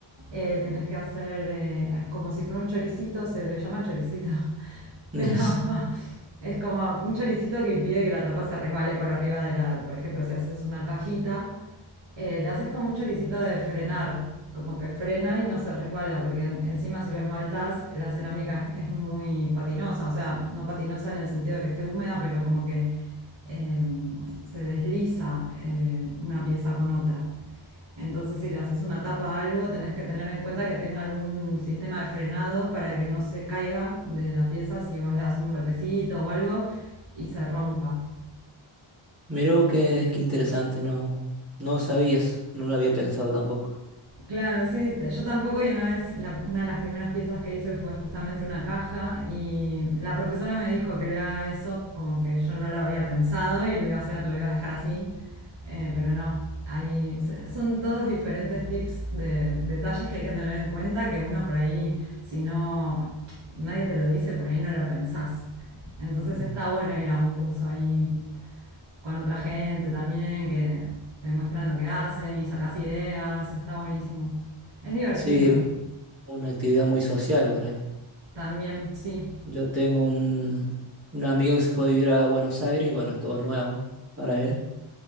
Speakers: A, on the right; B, on the right.
A: eh, tenés que hacer eh, como si fuera un choricito, se le llama choricito, <laughs> pero
B: <laughs>
A: <laughs> es como un choricito que impide que la tapa se resbale por arriba de la. Por ejemplo, si haces una cajita, eh, le haces como un choricito de frenar, como que frena y no se resbala, porque en- encima si lo esmaltás, la cerámica es muy patinosa, o sea, no patinosa en el sentido de que esté húmeda, pero como que eh, se desliza eh, una pieza con otra. Entonces, si le haces una tapa a algo, tenés que tener en cuenta que tenga algún sistema de frenado para que no se caiga de la pieza si vos le das un golpecito o algo y se rompa.
B: Miró qué, qué interesante, no, no sabías, no lo había pensado tampoco.
A: Claro, sí, t- yo tampoco y una vez, la- una de las primeras piezas que hice fue justamente una caja y la profesora me dijo que le haga eso como que yo no lo había pensado y lo iba a hacer, lo iba a dejar así, eh, pero no, ahí se- son todos diferentes tips de detalles que hay que tener en cuenta que uno por ahí, si no, nadie te lo dice, por ahí no lo pensás. Entonces
B: Mm.
A: está bueno ir a un curso ahí con otra gente también que te muestran lo que hacen y sacas ideas, está buenísimo. Es divertido,
B: Sí, una actividad muy social por ahí.
A: también, sí,
B: Yo tengo un, un amigo que se fue a vivir a Buenos Aires y bueno, es todo nuevo para él.